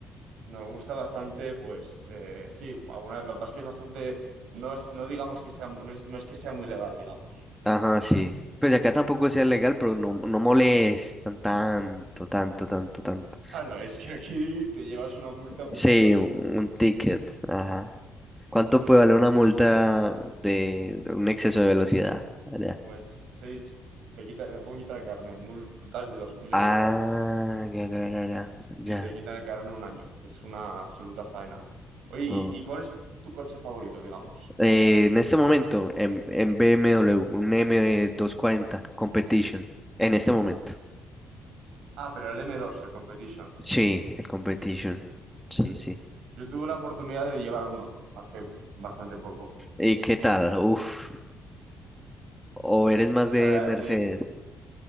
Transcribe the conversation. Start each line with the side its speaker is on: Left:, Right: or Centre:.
Right: nos gusta bastante, pues, eh, sí, alguna, lo que pasa es que es bastante, no es, no digamos que sea, mu- no es, no es que sea muy legal, digamos.
Centre: Ajá, sí. Pues acá tampoco sea legal, pero no, no molestan tanto, tanto, tanto, tanto.
Right: <laughs> Ah, no, es que aquí te llevas una multa muy
Centre: Sí,
Right: gorda.
Centre: un ticket, ajá. ¿Cuánto
Right: Sí,
Centre: puede valer una
Right: sí,
Centre: multa
Right: sí, sí.
Centre: de un exceso de velocidad allá?
Right: Pues seis, te quita, te pueden quitar el carnet, multas de 2.000
Centre: Ah,
Right: euros para arriba.
Centre: ya, ya, ya, ya, ya.
Right: y te quitan el carro en un año. Es una absoluta faena. Oye, ¿y,
Centre: Mm.
Right: y cuál es tu, tu coche favorito, digamos?
Centre: Eh, en este momento, en, en BMW, un m doscientos cuarenta Competition, en este momento.
Right: Ah, pero el m dos el Competition.
Centre: Sí, el competition. Sí,
Right: Mm.
Centre: sí.
Right: Yo tuve la oportunidad de llevar uno hace bastante poco.
Centre: ¿Y qué tal? Uf. ¿O eres más
Right: O sea,
Centre: de Mercedes?
Right: es-